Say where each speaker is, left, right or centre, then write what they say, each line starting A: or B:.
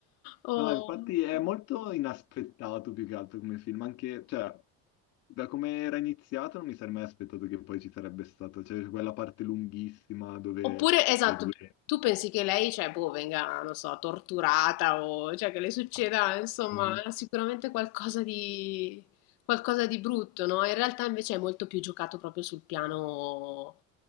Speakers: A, on the left (about 75°); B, on the left (about 60°).
A: o-
B: No, infatti è molto inaspettato più che altro come film, anche, cioè, da come era iniziato non mi sarei mai aspettato che poi ci sarebbe stata, cioè, quella parte lunghissima dove
A: oppure, esatto,
B: le due...
A: tu pensi che lei, cioè, boh, venga, non so, torturata o cioè, che le succeda, insomma,
B: Mhm.
A: sicuramente qualcosa di, qualcosa di brutto, no? In realtà invece è molto più giocato proprio sul piano